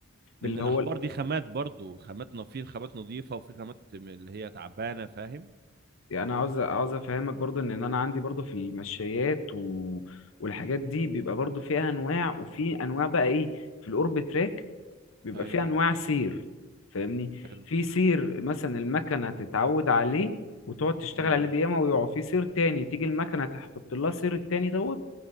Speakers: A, on the left; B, on the right.
A: باللي
B: لان الاحبار
A: هو
B: دي خامات برضو خاماتنا في خامات نظيفه وفي خامات م- اللي هي تعبانه فاهم
A: يعني انا عاوز عاوز افهمك برضو ان انا عندي برضو في المشايات و... والحاجات دي بيبقى برضو فيها انواع وفي انواع بقى ايه في الاورب تراك بيبقى
B: ايوه
A: فيها انواع سير فاهمني
B: حلو
A: في سير مثلا المكنه تتعود عليه وتقعد تشتغل
B: امم
A: عليه بياما ويقع في سير تاني تيجي المكنه تحط لها سير التاني دوت